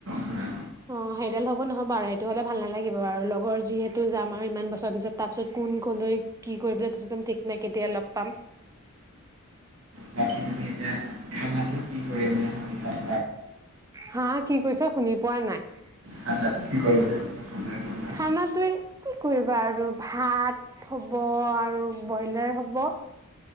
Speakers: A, on the right; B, on the right.
A: ধৰা
B: অ', সেইডাল হ'ব নহ'ব আৰু সেইটো হ'লে ভাল নালাগিব আৰু লগৰ যিহেতু যাম আৰু ইমান বছৰৰ পিছত। তাৰপিছত কোন ক'লৈ কি কৰিবলৈ গুচি যাম ঠিক নাই কেতিয়া লগ পাম।
A: বাকী তুমি এতিয়া খানাটো কি কৰিম বুলি ভাবিছা?
B: হা কি কৈছা শুনি পোৱা নাই?
A: খানাটো কি কৰিম বুলি ভাবিছা? খানা বনা
B: খানাটোৱে কি কৰিবা আৰু ভাত। হ'ব আৰু ব্ৰইলাৰ হ'ব।